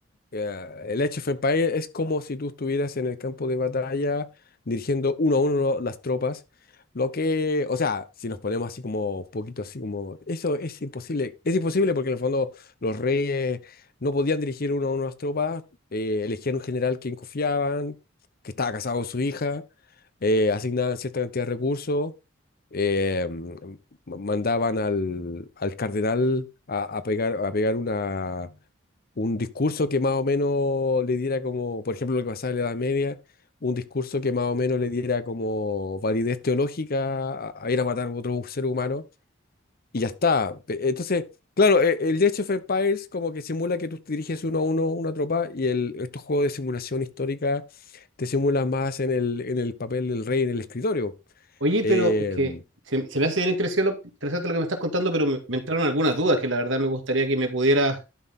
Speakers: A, on the left (about 50°); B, on the right (about 75°).
A: Ya, el Age of Empires es como si tú estuvieras en el campo de batalla dirigiendo uno a uno las tropas. Lo que, o sea, si nos ponemos así como un poquito así como, eso es imposible. Es imposible porque en el fondo los reyes no podían dirigir uno a uno las tropas, eh, elegían un general quien confiaban, que estaba casado con su hija, eh, asignaban cierta cantidad de recursos eh, mandaban al, al cardenal a, a pegar, a pegar una, un discurso que más o menos le diera como, por ejemplo, lo que pasaba en la Edad Media, un discurso que más o menos le diera como validez teológica a, a ir a matar a otro ser humano, y ya está. Pe- Entonces, claro, e- el Age of Empires como que simula que tú diriges uno a uno una tropa, y el, estos juegos de simulación histórica te simulan más en el, en el papel del rey en el escritorio.
B: Oye,
A: Em,
B: pero es que se, se me hace bien interesante lo, interesante lo que me estás contando, pero me, me entraron algunas dudas que la verdad me gustaría que me pudieras